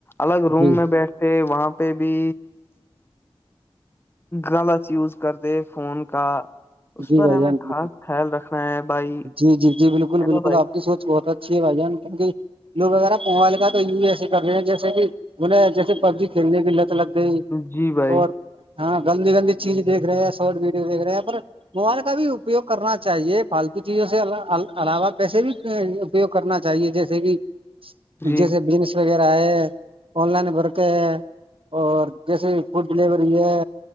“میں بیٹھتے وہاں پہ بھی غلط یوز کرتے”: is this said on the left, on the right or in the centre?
Left